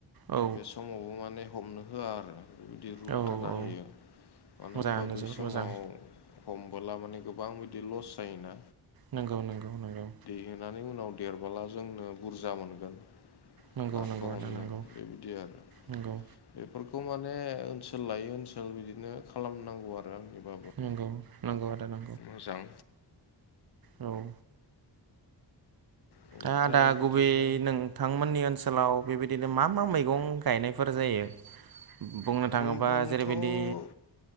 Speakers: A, on the right; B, on the left.
A: औ
B: फावबो माने हमनो होआ आरो बेबायदि रुल
A: औ
B: खाना
A: औ
B: होयो मानो
A: मोजाङानो
B: होनबा बै
A: जोबोद
B: समाव
A: मोजां
B: हमबोला माने गोबां बिदि लस जायोना
A: नंगौ नंगौ नंगौ
B: देनानै उनाव देरबोला जोंनो बुरजा मोनगोन
A: नंगौ
B: नाखौ
A: नंगौ आदा
B: हमदों
A: नंगौ
B: बेबायदि आरो
A: नंगौ
B: बेफोरखौ माने ओनसोल लायै ओनसोल बिदिनो खालामनांगौ आरो आंनिबाबो
A: नांगौ नांगौ आरो ना
B: मोजां
A: औ
B: बेनिफ्राय
A: आदा
B: बिदिनो
A: गुबबे नों नोंथमोननि ओनसोलाव बेबायदिनो मा मा मैगं गायनायफोर जायो बुंनो थाङोबा
B: मैगंथ'
A: जेरैबायदि